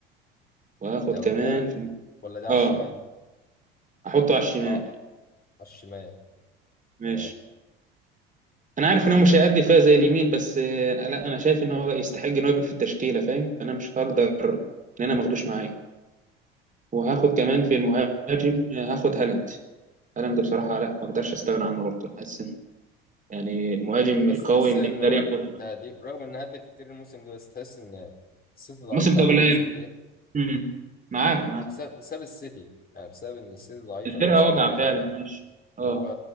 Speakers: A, on the right (about 25°); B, on the left (about 30°).
A: وآخد
B: ده
A: كمان
B: قدام
A: في...
B: ولا ده على
A: آه
B: الشمال
A: أحطه على الشمال
B: اه على الشمال
A: ماشي
B: تمام
A: انا عارف ان هو مش هيأدي فيها زي اليمين بس آه، لا انا شايف ان هو يستحق ان هو يبقى في التشكيله فاهم فانا مش هقدر ان انا ماخدوش معايا وهاخد كمان في المهاجم آه، هاخد هالاند هالاند بصراحه لا ما اقدرش استغنى عنه برضه حاسس ان يعني المهاجم
B: بس
A: القوي
B: تحس
A: اللي
B: ان
A: يقدر
B: هو
A: ياخد
B: تهديف رغم ان هدف كتير الموسم ده بس تحس ان السيتي ضعيفه
A: الموسم ده
B: اول
A: قليل
B: الموسم ده
A: مم. معاك معاك
B: بسبب بسبب السيتي يعني بسبب ان السيتي ضعيفه
A: الفرقه
B: الموسم
A: واجعه
B: ده
A: فعلا ماشي اه
B: هو